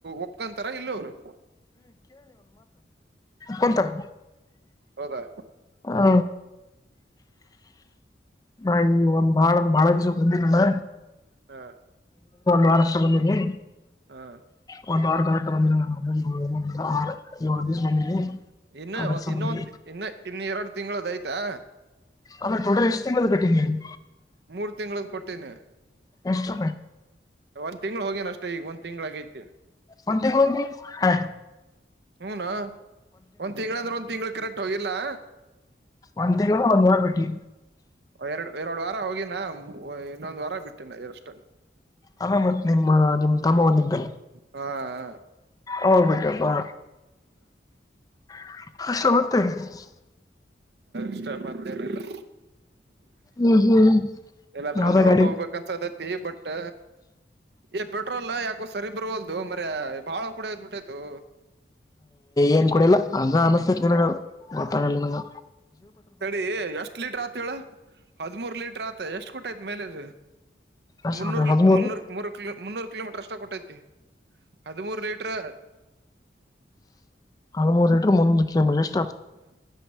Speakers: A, on the right (about 65°); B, on the left (about 20°).
A: ಒಪ್ಕೊಂತಾರ ಇಲ್ಲ ಅವ್ರು
B: ಕೊಂತಾರ
A: ಹೌದಾ
B: ಹಾ ನಾ ಈ ಒಂದ್ ಬಾಳ ಒಂದ್ ಬಾಳ ದಸ ಬಂದಿಲ್ಲಲ್ಲ
A: ಹಾ
B: ವಾರಷ್ಟು ಬಂದಿನಿ
A: ಹಾ
B: <unintelligible>
A: ಇನ್ನು
B: ಅದ್ರ ಸಂಬಂಧಿ
A: ಇನ್ನೊ ಒಂದು ಇನ್ನು ಇನ್ನು ಎರಡು ತಿಂಳದ ಆಯ್ತಾ
B: ಅಂದ್ರೆ ಟೋಟಲ್ ಎಷ್ಟು ತಿಂಗಳು ಕಟ್ಟದಿಯಾ ನೀವು
A: ಮೂರ್ ತಿಂಗಳದ ಕೊಟ್ಟೀನಿ
B: ಎಷ್ಟು
A: ಒಂದ್ ತಿಂಗಳ ಹೋಗೇನ ಅಷ್ಟೇ ಈಗಂದ ತಿಂಗ್ಳ ಆಗೈತಿ
B: ಒಂತತಿಗಳ್ ಹೋಗಿ ಹಾ
A: ಹೂನ ಒಂದ್ ತಿಂಗಳ ಅಂದ್ರೆ ಒಂದ್ ತಿಂಗಳ ಕರೆಂಟ್ ಹೋಗಿಲ್ಲಾ
B: ಒಂದು ತಿಂಗಳ ಒಂದುವಾರ ಬಿಟ್ಟಿ.
A: ಎರಡು ಎರಡು ವಾರ ಹೋಗಿನ ಇನ್ನೊಂದು ವಾರ ಬಿಟ್ಟಿನ ಅಷ್ಟ
B: ಅಲ್ಲ ಮತ್ ನಿಮ್ಮ ನಿಮ್ ತಮ್ಮ ಒಂದಿದ್ದ
A: ಹಾ ಹ
B: ಅವರಿಗೆ ಬಿಟಪ್ಪಾ <unintelligible>
A: ಇಷ್ಟ ಮತೆನಿಲ್ಲಾ
B: ಹ್ಮ್ ಹ್ಮ್
A: ಎಲ್ಲಾದ್ರ
B: ಯಾವ್ದ
A: ಒಂದ್ ರೌಂಡ್
B: ಗಾಡಿ
A: ಹೋಗ್ಬೇಕಂತಸದೈತಿ ಬಟ್ ಏ ಪೆಟ್ರೋಲ್ ಯಾಕೋ ಸರಿ ಬರ್ವಲ್ದು ಮಾರಾಯಾ ಬಾಳ ಕೂಡೋದ್ಬಿಟತೋ
B: ಏನ್ ಕುಡಿಲ್ಲ ಅಂದ ಅನಿಸತೇತಿ ನಿನ್ಗ ಗೊತ್ತಂಗಲ್ಲ ನಿನ್ಗ
A: ತಡಿ ಎಷ್ಟ್ ಲೀಟರ್ ಆತ ಹೇಳ ಹದಮೂರ್ ಲೀಟರ್ ಆತ ಎಷ್ಟ್ ಕೊಟಯ್ತ ಮೈಲೇಜ್
B: ಅಷ್ಟ
A: ಮುನ್ನೂರ್
B: ಹದಿಮೂರು
A: ಮುನ್ನೂರ್ ಮೂರು ಕಿಲೋ ಮುನ್ನೂರು ಕಿಲೋಮೀಟರ್ ಅಷ್ಟ ಕೊಟ್ಟೈತಿ ಹದಿಮೂರು ಲೀಟರ್
B: ಹದ ಮೂರು ಲಿಟರ್ ಮೂರು ಕಿಲೋಮೀಟರ್ ಅಷ್ಟ
A: ಹ್ಮ